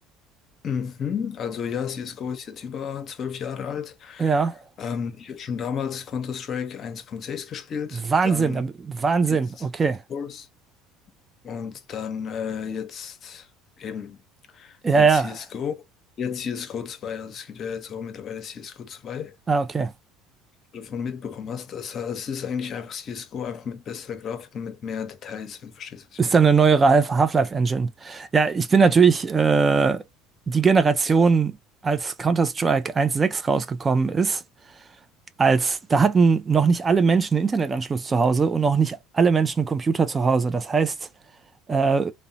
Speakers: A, on the left; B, on the right.
A: Mhm. Also ja, CSGO ist jetzt über zwölf Jahre alt.
B: Ja.
A: Ähm, ich habe schon damals Counter-Strike 1.6 gespielt,
B: Wahnsinn,
A: dann
B: da- Wahnsinn,
A: jetzt
B: okay.
A: Source und dann äh, jetzt eben.
B: Ja,
A: Jetzt
B: ja.
A: CSGO. Jetzt CSGO zwei. Also es gibt ja jetzt auch mittlerweile CSGO zwei,
B: Ah, okay.
A: Wenn du davon mitbekommen hast. Also es ist eigentlich einfach CSGO, einfach mit besserer Grafik und mit mehr Details, wenn du verstehst, was ich
B: Ist
A: meine.
B: dann eine neuere Half- Half-Life-Engine. Ja, ich bin natürlich äh, die Generation, als Counter-Strike 1.6 rausgekommen ist, als da hatten noch nicht alle Menschen einen Internetanschluss zu Hause und noch nicht alle Menschen einen Computer zu Hause. Das heißt, äh,